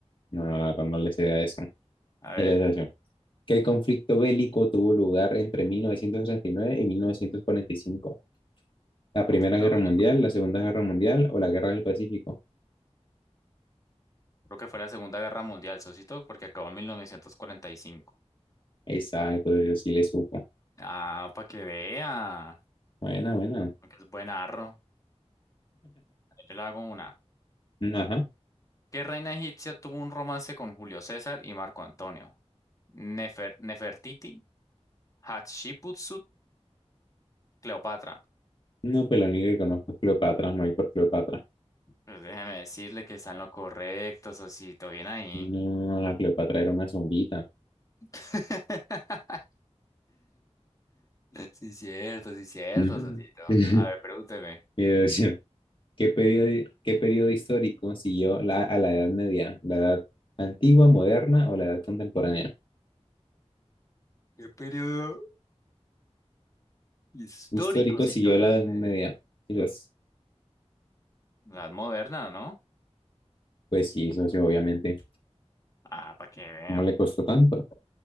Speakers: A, on the left; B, on the left.
A: No, la verdad no le sé a eso.
B: A ver,
A: Mira esa opción. ¿Qué conflicto bélico tuvo lugar entre 1939 y 1945? ¿La Primera
B: conflicto
A: Guerra
B: bélico.
A: Mundial, la Segunda Guerra Mundial o la Guerra del Pacífico?
B: Creo que fue la Segunda Guerra Mundial, socito, porque acabó en 1945.
A: Exacto, yo sí le supo.
B: Ah, para que vea.
A: Buena, buena.
B: Aunque es buen arro. Yo le hago una.
A: Mm, Ajá.
B: ¿Qué reina egipcia tuvo un romance con Julio César y Marco Antonio? Nefer- Nefertiti, Hatshepsut, Cleopatra.
A: No, pero lo único que conozco es Cleopatra, me voy por Cleopatra.
B: Pues déjeme decirle que están lo correcto, Sosito, bien ahí.
A: No, la Cleopatra era una zonguita.
B: <laughs> Sí, cierto, sí, cierto,
A: Ujú.
B: Sosito.
A: <laughs>
B: A ver, pregúnteme.
A: Mira, decía, ¿qué periodo, qué periodo histórico siguió la, a la Edad Media? ¿La Edad Antigua, Moderna o la Edad Contemporánea?
B: ¿Qué periodo histórico
A: histórico
B: siguió
A: siguió
B: la
A: la
B: Edad
A: Edad
B: Media?
A: Media. Y los,
B: La Edad Moderna, ¿no?
A: pues sí, socio, obviamente.
B: Ah, para que vean.
A: ¿Cómo le costó tanto?